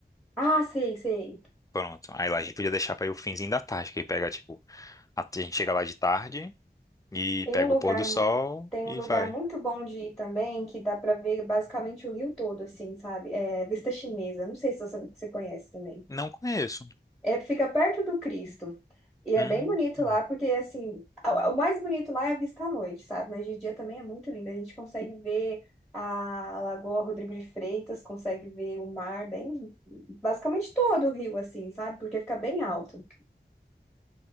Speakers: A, in the centre; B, on the left (about 20°).
A: Ah, sei, sei.
B: Pronto. Aí lá a gente podia deixar pra ir o finzinho da tarde, que aí pega, tipo, a, a gente chega lá de tarde e
A: Tem
B: pega
A: um lugar,
B: o pôr do sol
A: tem
B: e
A: um lugar
B: vai.
A: muito bom de ir também, que dá pra ver basicamente o Rio todo, assim, sabe? É Vista Chinesa. Não sei se você, você conhece também.
B: Não conheço.
A: É, fica perto do Cristo. E
B: Hum.
A: é bem bonito
B: hum.
A: lá, porque assim, a- o mais bonito lá é a vista à noite, sabe? Mas de dia também é muito lindo. A gente consegue ver a Lagoa Rodrigo de Freitas, consegue ver o mar bem, basicamente todo o rio, assim, sabe? Porque fica bem alto.